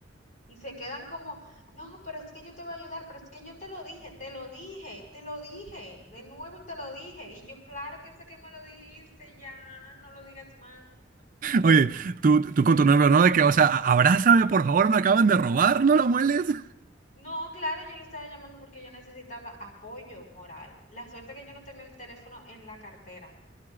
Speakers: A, on the left (about 45°); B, on the right (about 45°).
A: Y se quedan como, no, pero es que yo te voy a ayudar, pero es que yo te lo dije, te lo dije, te lo dije, de nuevo y te lo dije. Y yo, claro que sé que me lo dijiste, ya, no lo digas más.
B: Oye, tú, tú con tu nombre, ¿no? De que, o sea, a- abrázame, por favor, me acaban de robar, no lo mueles. <laughs>
A: No, claro, yo lo estaba llamando porque yo necesitaba apoyo moral. La suerte que yo no tenía el teléfono en la cartera